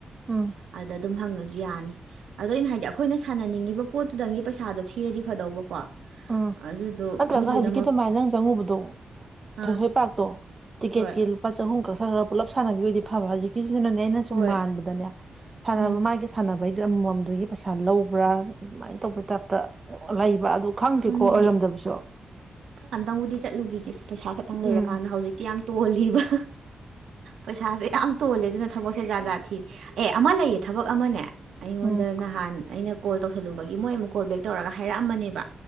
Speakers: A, on the right (about 30°); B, on the right (about 85°).
A: ꯎꯝ
B: ꯑꯗꯗꯨꯝ ꯍꯪꯉꯁꯨ ꯌꯥꯅꯤ ꯑꯗꫭ ꯑꯩꯅ ꯍꯥꯏꯗꯤ ꯑꯩꯈꯣꯏꯅ ꯁꯥꯟꯅꯅꯤꯡꯉꯤ ꯄꯣꯠꯇꯨꯗꯪꯒꯤ ꯄꯩꯁꯥꯗꯣ ꯊꯤꯔꯗꯤ ꯐꯗꯧꯕꯀꯣ
A: ꯎꯝ
B: ꯑꯗꯨꯗꯣ
A: ꯅꯠꯇ꯭ꯔꯒ
B: ꯃꯣꯏ ꯂꯣꯏꯅꯃꯛ
A: ꯍꯧꯖꯤꯛꯀꯤ ꯑꯗꯨꯃꯥꯏꯅ ꯅꯪ ꯆꯪꯉꯨꯕꯗꯣ
B: ꯑꯥ
A: ꯊꯣꯏꯁꯣꯏꯄꯥꯛꯇꯣ ꯇꯤꯛꯀꯦꯠꯀꯤ
B: ꯍꯣꯏ
A: ꯂꯨꯄꯥ ꯆꯍꯨꯝ ꯈꯛ ꯊꯠꯈꯔ ꯄꯨꯜꯂꯞ ꯁꯥꯟꯅꯕꯤ ꯑꫭꯏꯗꯤ ꯐꯕ ꯍꯧꯖꯤꯛꯀꯤꯁꯤꯅꯅꯦ ꯑꯩꯅ
B: ꯍꯣꯏ
A: ꯁꯨꯝ ꯃꯥꯟꯕꯗꯅꯦ ꯁꯥꯟꯅꯕ
B: ꯎꯝ
A: ꯃꯥꯒꯤ ꯁꯥꯟꯅꯕꯩꯗꯨ ꯑꯃꯃꯝꯗꯨꯒꯤ ꯄꯩꯁꯥ ꯂꯧꯕ꯭ꯔꯥ ꯑꯗꯨꯃꯥꯏꯅ ꯇꯧꯕꯩ ꯇꯥꯏꯞꯇ ꯂꯩꯕ ꯑꯗꯨ ꯈꯪꯗꯦꯀꯣ
B: ꯈꯪꯗꯦ
A: ꯑꯣꯏꯔꯝꯗꯕꯁꯨ
B: ꯑꯝꯇꯪꯕꯨꯗꯤ ꯆꯠꯂꯨꯒꯤꯒꯦ ꯄꯩꯁꯥ ꯈꯛꯇꯪ ꯂꯩꯔꯀꯥꯟꯗ
A: ꯎꯝ
B: ꯍꯧꯖꯤꯛ ꯌꯥꯝ ꯇꯣꯜꯂꯤꯕ ꯄꯩꯁꯥꯁꯦ ꯌꯥꯝ ꯇꯣꯜꯂꯦ ꯑꯗꯨꯅ ꯊꯕꯛꯁꯦ ꯖꯥꯠꯖꯥꯠ ꯊꯤꯔꯦ ꯑꯦ ꯑꯃ ꯂꯩꯌꯦ ꯊꯕꯛ ꯑꯃꯅꯦ ꯑꯩꯉꯣꯟꯗ
A: ꯎꯝ
B: ꯅꯍꯥꯟ ꯑꯩꯅ ꯀꯣꯜ ꯇꯧꯁꯜꯂꯨꯕꯒꯤ ꯃꯣꯏ ꯑꯃꯨꯛ ꯀꯣꯜ ꯕꯦꯛ ꯇꯧꯔꯒ ꯍꯥꯏꯔꯛꯑꯝꯕꯅꯦꯕ